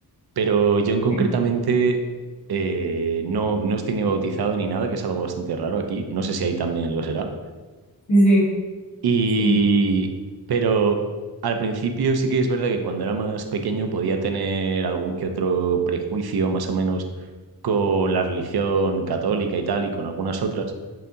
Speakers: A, on the right; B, on the left.
A: Pero yo en concretamente
B: Sí.
A: eh, no, no estoy ni bautizado ni nada, que es algo bastante raro aquí. No sé si ahí también lo será.
B: Sí, sí,
A: Y,
B: sí.
A: pero al principio sí que es verdad que cuando era más pequeño podía tener algún que otro prejuicio más o menos con la religión católica y tal y con algunas otras,